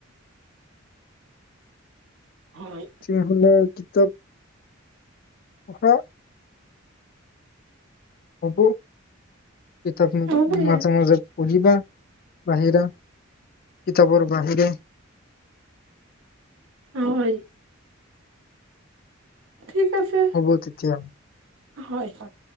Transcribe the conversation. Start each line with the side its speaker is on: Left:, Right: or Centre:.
Right: হয়
Left: যে হলে কিতাপ হ সেকি এই ত
Right: হ'ব দিয়া
Left: মাজে মাজে পজিবা বাহিৰা কিতাপৰ বাহিৰে
Right: হয় ঠিক আছে
Left: হ'ব তেতিয়া
Right: হয় হয়